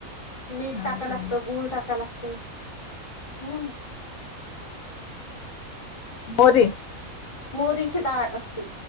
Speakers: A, on the left; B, on the left.
A: मीठ
B: हा
A: टाकाय
B: का?
A: लागतं गुळ टाकाय लागते हम्म
B: मोर
A: मोरीचे दाळ असती